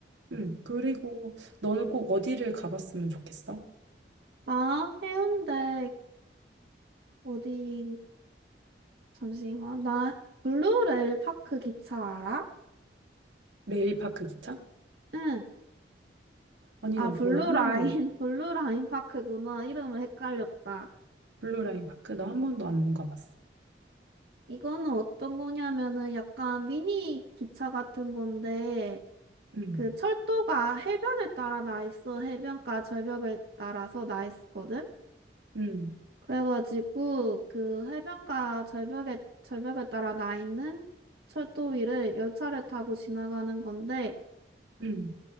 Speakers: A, on the right; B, on the right.
A: 음 그리고 너는 꼭 어디를 가봤으면 좋겠어?
B: 나 해운대 어디, 잠시만. 나 블루레일 파크 기차 알아?
A: 레일파크 기차?
B: 응.
A: 아니
B: 아,
A: 나
B: 블루라인,
A: 몰라 한 번도
B: <laughs> 블루라인 파크구나. 이름을 헷갈렸다.
A: 블루라인 파크 나 한 번도 안 가봤어.
B: 이거는 어떤 거냐면은 약간 미니 기차 같은 건데,
A: 음
B: 그 철도가 해변에 따라 나 있어. 해변가 절벽을 따라서 나 있거든? 었
A: 음,
B: 그래가지고 그 해변가 절벽에 절벽에 따라 나 있는 철도 위를 열차를 타고 지나가는 건데
A: 음,